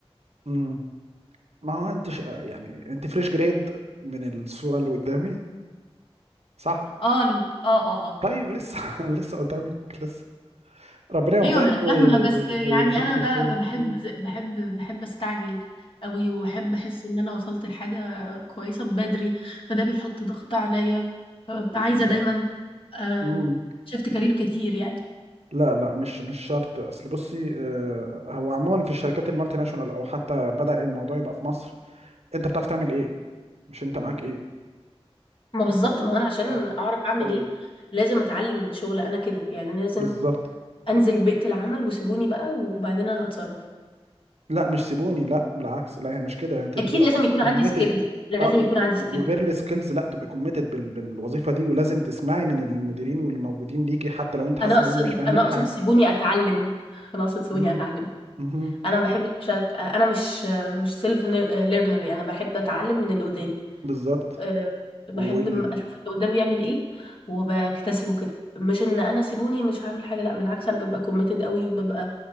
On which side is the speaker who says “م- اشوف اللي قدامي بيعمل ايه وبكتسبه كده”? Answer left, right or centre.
Left